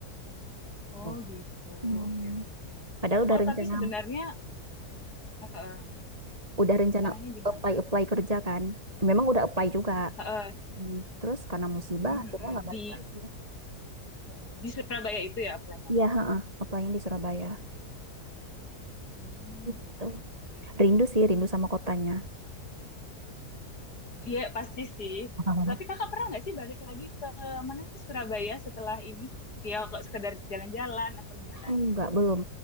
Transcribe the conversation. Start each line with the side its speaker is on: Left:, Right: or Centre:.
Left: Oh
Right: Oh,
Left: gitu,
Right: Hmm.
Left: oke oke.
Right: Padahal udah
Left: Oh
Right: rencana,
Left: tapi sebenarnya eh, eh,
Right: udah rencana
Left: rencananya gimana?
Right: apply apply kerja kan. Memang udah apply juga.
Left: Eh, eh,
Right: Hmm, Terus karena musibah,
Left: mm,
Right: akhirnya
Left: mm,
Right: nggak balik
Left: di
Right: lagi.
Left: eh, di Surabaya itu ya apply-nya
Right: Iya,
Left: Kak?
Right: heeh, apply-nya di Surabaya.
Left: Hmm,
Right: Gitu.
Left: oke oke.
Right: Rindu sih, rindu sama kotanya.
Left: Iya pasti sih.
Right: <laughs>
Left: Tapi kakak pernah nggak sih balik lagi ke mana sih Surabaya setelah ini? Ya kok sekedar jalan-jalan atau gimana
Right: Enggak,
Left: gitu.
Right: belum,